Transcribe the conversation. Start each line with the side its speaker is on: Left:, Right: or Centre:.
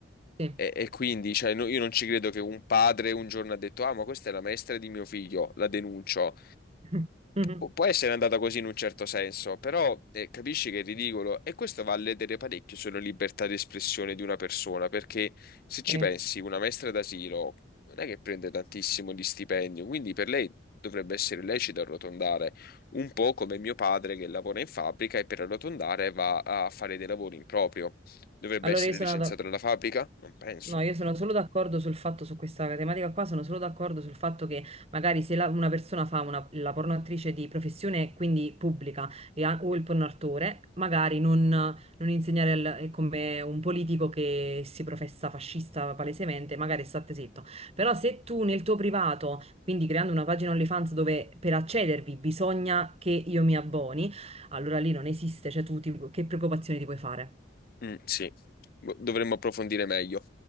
Right: sì.
Left: E, e quindi, cioè, no- io non ci credo che un padre un giorno ha detto, ah, ma questa è la maestra di mio figlio, la denuncio.
Right: <laughs> Mhm.
Left: Pu- Può essere andata così in un certo senso, però eh, capisci che è ridicolo e questo va a ledere parecchio sulla libertà di espressione di una persona, perché se ci
Right: Sì.
Left: pensi, una maestra d'asilo non è che prende tantissimo di stipendio, quindi per lei dovrebbe essere lecito arrotondare, un po' come mio padre che lavora in fabbrica e per arrotondare va a fare dei lavori in proprio. Dovrebbe
Right: Allora
Left: essere
Right: io sono...
Left: licenziato dalla fabbrica? Non penso.
Right: No, io sono solo d'accordo sul fatto, su questa tematica qua, sono solo d'accordo sul fatto che magari se la- una persona fa una, la pornoattrice di professione, quindi pubblica, e ha- o il pornoautore, magari non, non insegnare al- è come un politico che si professa fascista palesemente, magari state zitto. Però se tu nel tuo privato, quindi creando una pagina OnlyFans dove per accedervi bisogna che io mi abboni, allora lì non esiste, cioè tu ti- che preoccupazioni ti puoi fare?
Left: Mm, sì, Bo- dovremmo approfondire meglio.